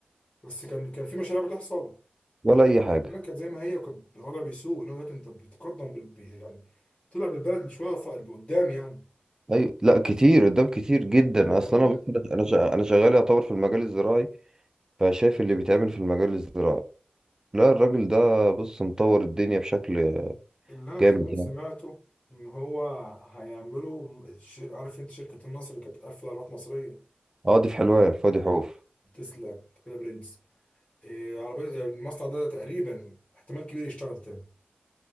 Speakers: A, on the left; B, on the right.
A: بس كان كان في مشاريع بتحصل
B: ولا اي حاجه
A: البلد كانت زي ما هي وكان الوضع بيسوء انه دلوقتي انت بتقدم بال... ب- يعني طلع بالبلد شويه ف- لقدام يعني
B: ايوه لا كتير قدام كتير جدا
A: انا بقول
B: اصلا انا
A: لك
B: بص- انا شا- انا شغال يعتبر في المجال الزراعي فشايف اللي بيتعمل في المجال الزراعي لا الراجل ده بص مطور الدنيا بشكل
A: اللي انا
B: جامد
A: كمان سمعته
B: يعني
A: ان هو هيعملوا شير... عارف انت شركه النصر اللي كانت بتقفل عربيات مصريه
B: اه دي في حلوان الفاضي حوف
A: تسلا كده برنس إيه عربيه يعني المصنع ده تقريبا احتمال كبير يشتغل تاني